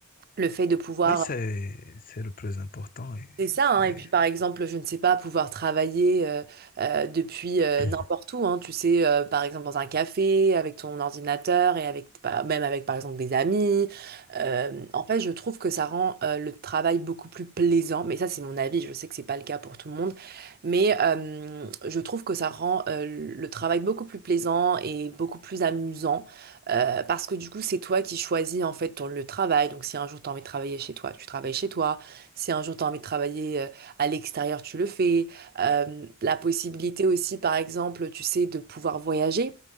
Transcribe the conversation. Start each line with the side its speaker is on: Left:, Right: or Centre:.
Right: le fait de pouvoir
Left: Oui, c'est, c'est le plus important. Et
Right: c'est ça,
Left: c'est...
Right: hein. Et puis par exemple, je ne sais pas, pouvoir travailler euh, euh, depuis euh,
Left: <coughs>
Right: n'importe où, hein. Tu sais, euh, par exemple dans un café, avec ton ordinateur et avec bah, même avec par exemple des amis. Euh, en fait, je trouve que ça rend euh, le travail beaucoup plus plaisant. Mais ça, c'est mon avis, je sais que c'est pas le cas pour tout le monde. Mais euh, je trouve que ça rend euh, le travail beaucoup plus plaisant et beaucoup plus amusant. euh, parce que du coup, c'est toi qui choisis en fait ton lieu de travail. Donc si un jour tu as envie de travailler chez toi, tu travailles chez toi. Si un jour tu as envie de travailler euh, à l'extérieur, tu le fais. Euh, la possibilité aussi, par exemple, tu sais, de pouvoir voyager